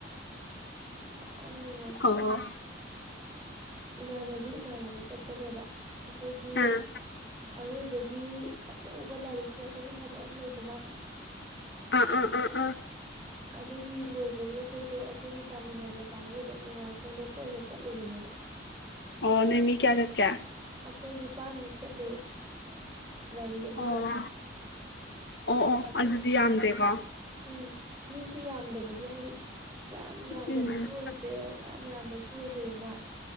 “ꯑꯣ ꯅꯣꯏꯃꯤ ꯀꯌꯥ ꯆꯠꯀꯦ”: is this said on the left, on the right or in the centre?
Left